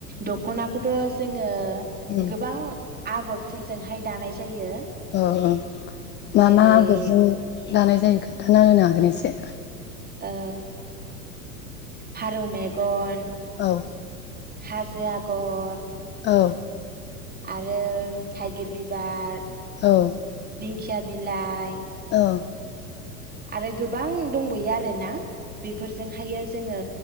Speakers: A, on the right (about 20°); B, on the left (about 25°).
A: दख'नाखौथ' जोङो
B: उम अ
A: गोबां आगरफोरजोंहाय दानाय जायो।
B: औ औ
A: जेरै
B: मा आगरजों दानाय जायो खोन्थाना होनो हागोन एसे
A: ओ फारौ मेगन
B: औ
A: हाजो आगर
B: औ
A: आरो थाइगिर बिबार
B: औ
A: दिंखिया बिलाइ
B: अ
A: आरो गोबां दंबावयो आरो ना बेफोरजों हायो जोङो